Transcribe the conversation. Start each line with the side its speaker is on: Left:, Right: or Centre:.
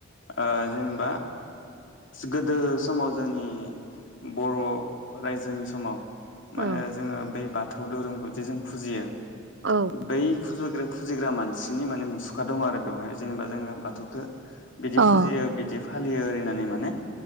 Left: ओ जेनेबा गोदो समाव जोंनि बर' रायजोनि समाव मानो
Right: औ
Left: जोङो बै बाथौ धोरोमखौजि जों फुजियो।
Right: औ
Left: बै फुजुरग्रेब फुजिग्रा मानसिनि माने मुसुखा दं आरो बेवहाय जेनेबा जोङो बाथौखो बिदि
Right: अ
Left: फुजियो बिदि फालियो ओरिनानै माने